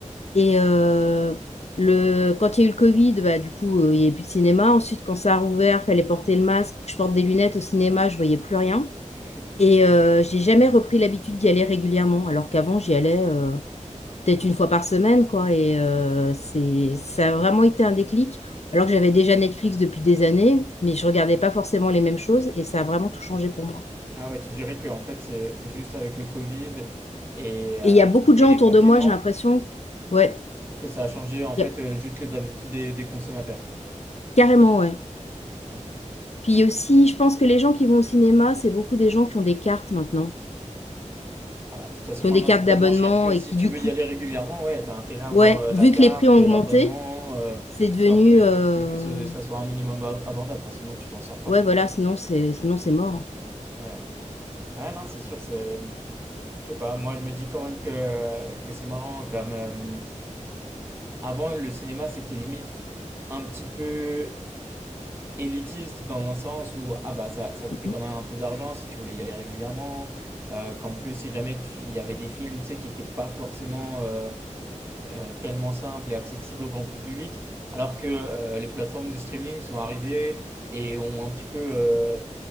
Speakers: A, on the left (about 55°); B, on the right (about 20°).
A: Et euh, le, quand il y a eu le Covid, bah, du coup, euh, il n'y avait plus de cinéma. Ensuite, quand ça a rouvert, fallait porter le masque. Je porte des lunettes au cinéma, je voyais plus rien.
B: <laughs>
A: Et euh,
B: Ouais.
A: j'ai jamais repris l'habitude d'y aller régulièrement, alors qu'avant, j'y allais euh, peut-être une fois par semaine, quoi. Et euh, c'est, ça a vraiment été un déclic, alors que j'avais déjà Netflix depuis des années, mais je regardais pas forcément les mêmes choses, et ça a vraiment tout changé pour moi.
B: Ah ouais, tu dirais que en fait c'est juste avec le Covid et, euh,
A: Et il y a beaucoup de
B: et
A: gens
B: les
A: autour
B: confinements.
A: de moi, j'ai l'impression, ouais,
B: Que ça a changé en fait
A: y a-
B: euh, juste les habitudes des, des consommateurs.
A: carrément, ouais.
B: Ok.
A: Puis aussi, je pense que les gens qui vont au cinéma, c'est beaucoup des gens qui ont des cartes maintenant,
B: Ah bah, de toute façon,
A: qui
B: maintenant
A: ont des cartes
B: c'est tellement
A: d'abonnement
B: cher que
A: et
B: si
A: qui,
B: tu
A: du
B: veux
A: coup,
B: y aller régulièrement, ouais, t'as intérêt à avoir
A: ouais,
B: euh,
A: vu
B: la carte,
A: que les prix ont
B: euh,
A: augmenté,
B: l'abonnement, euh,
A: c'est devenu...
B: histoire que,
A: euh,
B: que, que ce- ça soit un minimum ab- abordable, quoi, sinon tu t'en sors pas.
A: Ouais, voilà, sinon c'est sinon c'est mort.
B: Ouais. Ouais, non, c'est sûr, c'est. Je sais pas, moi je me dis quand même que, que c'est marrant, comme euh, avant le cinéma c'était limite un petit peu élitiste dans un sens où ah bah ça, ça coûtait
A: Mhm.
B: quand même un peu d'argent si tu voulais y aller régulièrement, euh, qu'en plus si jamais tu- il y avait des films tu sais, qui n'étaient pas forcément euh, euh, tellement simples et accessibles au grand public, alors que euh, les plateformes de streaming sont arrivées et ont un petit peu euh,